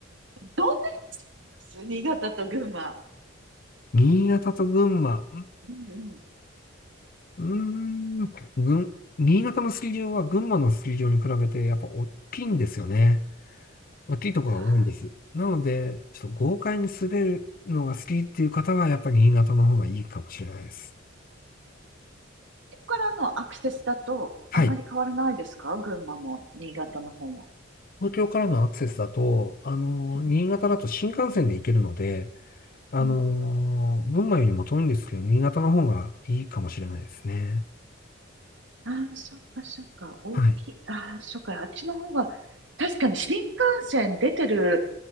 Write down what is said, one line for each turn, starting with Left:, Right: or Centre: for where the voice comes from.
Right: どんなに違います新潟と群馬。
Left: 新潟と群馬。
Right: うんうん。
Left: うーん、群、新潟のスキー場は群馬のスキー場に比べてやっぱ大きいんですよね。大きいところが多いです。
Right: あ
Left: なので、ちょっと豪快に滑るのが好きっていう方は、やっぱり新潟の方がいいかもしれないです。
Right: そここからのアクセスだと、
Left: はい。
Right: あんまり変わらないですか群馬も、新潟の方も。
Left: 東京からのアクセスだと、あのー新潟だと新幹線で行けるので、
Right: うん。
Left: あのー群馬よりも遠いんですけど、
Right: うんうん。
Left: 新潟の方がいいかもしれないですね。
Right: ああ、そっかそっか。大きい。
Left: はい。
Right: ああ、そっか。あっちの方が、確かに新幹線出てる